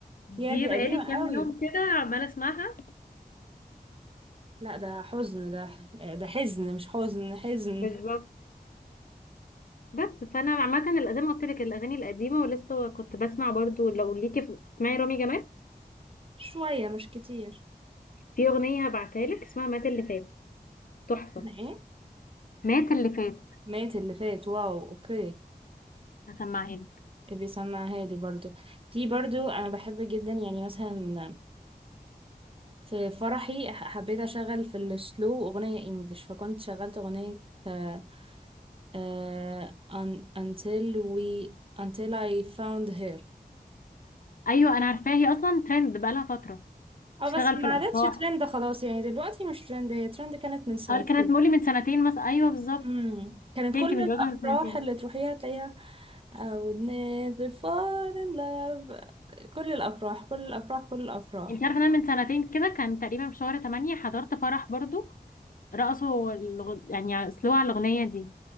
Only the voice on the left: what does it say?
دي
بقالي
كام
يوم كده عمالة اسمعها
بالظبط بس فانا عامه الأ- زي ما قلت لك الاغاني القديمه ولسه كنت بسمع برضو لو ليكي في- تسمعي رامي جمال
في اغنيه هبعتها لك اسمها مات اللي فات تحفه
مات اللي فات
هسمعها لك
ايوه انا عارفاها هي اصلا ترند بقالها فترة
تشتغل
في الافراح
هل كانت مولي من سنتين مثلا ايوه بالظبط
هي
انت متجوزة
من سنتين
انت عارفة إن انا من سنتين كده كان تقريبا في شهر 8 حضرت فرح برضو رقصوا الغ... يعني سلو على الاغنية دي